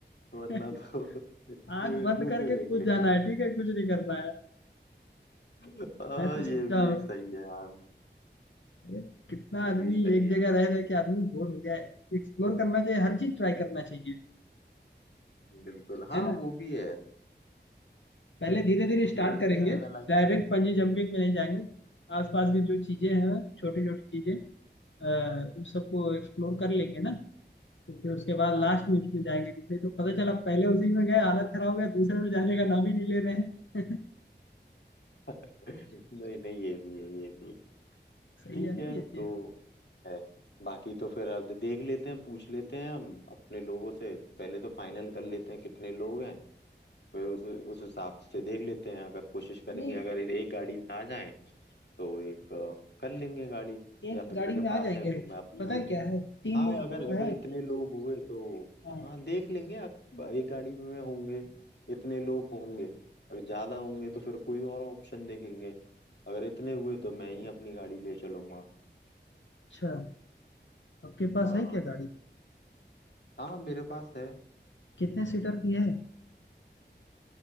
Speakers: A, on the left (about 65°); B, on the left (about 85°).
A: वरना
B: <laughs>
A: तो
B: आंख बंद
A: <laughs> दूर
B: करके
A: से देख
B: कूद
A: लेंगे
B: जाना है ठीक है कुछ नहीं करना है
A: हाँ
B: मैं तो
A: ये
B: सोचा
A: भी
B: हूँ
A: एक सही है हाँ
B: अरे कितना
A: ये
B: आदमी
A: भी सही
B: एक
A: है
B: जगह रह रहे के आदमी बोर हो गया है एक्सप्लोर करना चाहिए हर चीज ट्राई करना चाहिए
A: बिल्कुल हाँ
B: है ना
A: वो भी है
B: पहले धीरे धीरे स्टार्ट
A: वो भी
B: करेंगे
A: है अगला
B: डायरेक्ट पंजी जंपिंग में नहीं जाएंगे आसपास की जो चीजें हैं छोटी छोटी चीजें अ, उन सबको एक्सप्लोर कर लेंगे ना तो फिर उसके बाद
A: अच्छा
B: लास्ट
A: हाँ
B: में उसमें जाएंगे नहीं तो पता चला पहले उसी में गए हालत खराब हो गया दूसरे में जाने का नाम ही नहीं ले रहे हैं
A: <laughs> नहीं नहीं ये भी है ये भी है
B: <laughs> सही
A: ठीक
B: है ना
A: है
B: ये चीज
A: तो है बाकी तो फिर अब देख लेते हैं पूछ लेते हैं हम अपने लोगों से पहले तो फाइनल कर लेते हैं कितने लोग हैं फिर उस उस हिसाब से देख लेते हैं अगर कोशिश करेंगे
B: नहीं
A: अगर ये एक गाड़ी में आ जाएं तो एक अ, कर लेंगे गाड़ी
B: एक
A: या फिर
B: गाड़ी
A: मेरे
B: में
A: पास
B: आ जाएंगे
A: है तो मैं अपनी
B: पता
A: से
B: है क्या है तीन
A: हाँ
B: लोग
A: अगर
B: हम लोग
A: अगर
B: हैं
A: इतने लोग हुए तो
B: हाँ
A: हाँ देख लेंगे अगर एक गाड़ी में होंगे इतने लोग होंगे अगर ज्यादा होंगे तो फिर कोई और ऑप्शन देखेंगे अगर इतने हुए तो मैं ही अपनी गाड़ी ले चलूंगा
B: अच्छा आपके पास
A: हाँ
B: है क्या गाड़ी
A: हाँ मेरे पास है
B: कितने सीटर की है